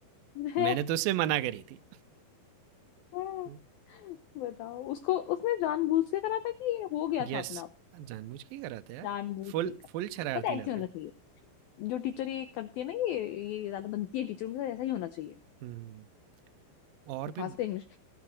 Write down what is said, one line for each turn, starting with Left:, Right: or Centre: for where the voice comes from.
Left: है
Right: मैंने तो उससे मना करी थी
Left: <laughs>
Right: <laughs>
Left: बताओ उसको उसने जानबूझ के करा था कि ये हो गया
Right: यस
Left: था अपना आप
Right: जानबूझ के ही करा था यार
Left: जानबूझ
Right: फुल
Left: के करा
Right: फुल शरारती
Left: पता है ऐसे
Right: लड़का
Left: होना चाहिए जो टीचर ये करती है ना ये ये ज्यादा बनती है टीचर उनके साथ ऐसा ही होना चाहिए
Right: हम्म और भी
Left: खासकर इंग्लिश